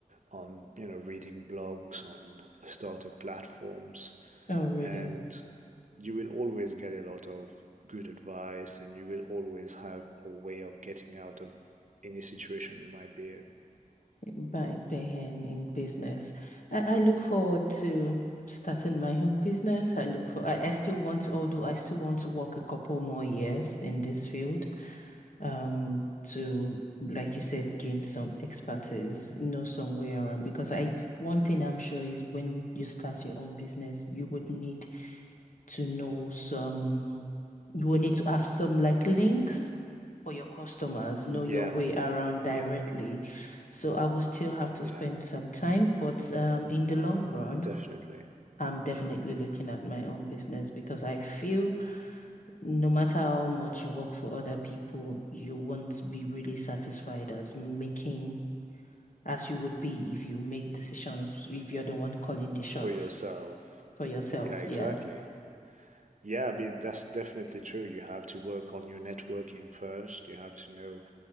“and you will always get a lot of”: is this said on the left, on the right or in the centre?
Right